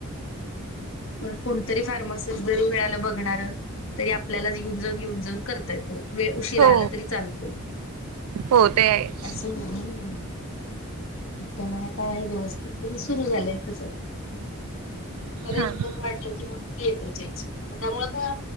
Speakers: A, on the left; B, on the right.
A: पण कोणतरी फार्मासिस जरी मिळाल बघणार तरी आपल्याला येऊन जाऊन येऊन जाऊन करता येतो वेळ उशीिरा
B: हो
A: आलं तरी चालतं
B: हो ते आहेच
A: अससं हो त्यामुळे आता आहे व्यवस्थित पण सुरु झालंय तसं बरे
B: हा
A: इन्कम वाढलं किंवा येतोचेच त्यामुळं आता